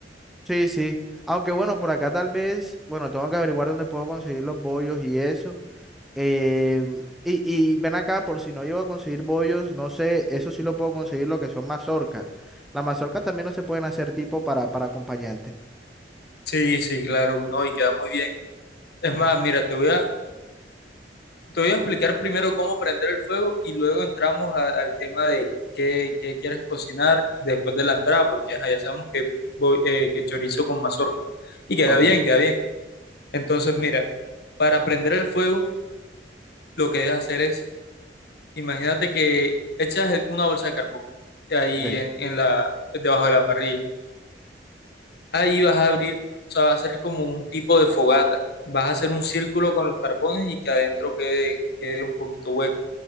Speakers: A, in the centre; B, on the left.
A: Sí, sí. Aunque bueno, por acá tal vez, bueno, tengo que averiguar dónde puedo conseguir los bollos y eso. Eh, y, y ven acá, por si no llego a conseguir bollos, no sé, eso sí lo puedo conseguir, lo que son mazorcas. Las mazorcas también no se pueden hacer tipo para, para acompañante.
B: Sí, sí, claro, no, y queda muy bien. Es más, mira, te voy a, Te voy a explicar primero cómo prender el fuego y luego entramos a- al tema de qué, qué quieres cocinar después de la entrada, porque ajá, ya sabemos que, voy, eh, que chorizo con mazorca. Y queda
A: Ok,
B: bien, queda bien. Entonces, mira, para prender el fuego, lo que debes hacer es, imagínate que echas el- una bolsa de carbón ahí
A: ok,
B: en, en la, debajo de la parrilla. Ahí vas a abrir, o sea, va a ser como un tipo de fogata. Vas a hacer un círculo con los carbones y que adentro quede, quede un poquito hueco.